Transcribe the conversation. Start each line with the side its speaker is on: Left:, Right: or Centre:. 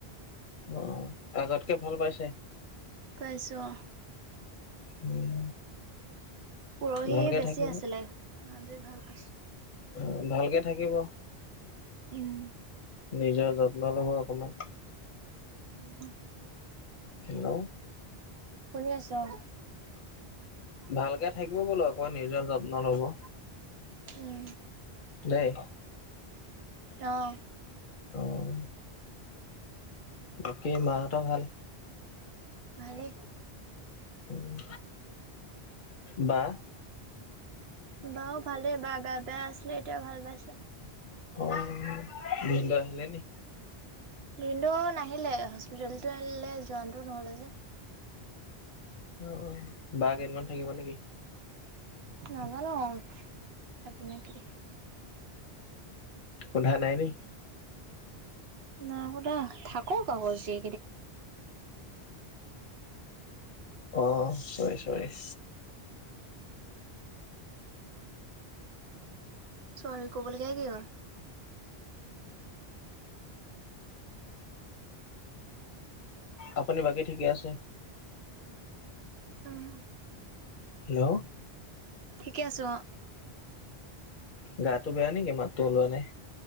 Left: অ আগতকে ভাল পাইছে।
Right: পাইছো, অ,।
Left: উম
Right: পৰহি
Left: ভালকে
Right: বেছি
Left: থাকিব
Right: আছিলে আজি ভাল। আছে।
Left: অ ভালকে থাকিব।
Right: উম।
Left: নিজৰ যত্ন ল'ব অকমাণ।
Right: উম।
Left: হেল্লো'।
Right: পঢ়ি আছো, অ,।
Left: ভালকে থাকিব বোলো অকমান নিজৰ যত্ন ল'ব।
Right: উম।
Left: দেই।
Right: অহ।
Left: অহ বাকী মাহঁত ভাল।
Right: ভালে।
Left: উম। বা
Right: বাও ভালে, বা গা বেয়া আছিলে, এতিয়াও ভাল পাইছে।
Left: অ ভিন্দ আহিলে নেকি?
Right: ভিন্দু নাহিলে। হস্পিতেলতলো যোৱানটো নহ'লে যে।
Left: অ, বা কেইদিনমান থাকিব নেকি?
Right: নাজানো থাকি নেকি কি তাক।
Left: সোধা নাইনি।
Right: নাই কতা থাকো ক'বলৈ।
Left: অ চৰি চৰি।
Right: চৰি ক'বলগীয়া কি অ।
Left: আপুনি বাকী ঠিকে আছে।
Right: উম।
Left: হেল্লো'।
Right: ঠিকে আছো, অ,।
Left: গাটো বেয়া নেকি? মাততো ওলোৱা নাই?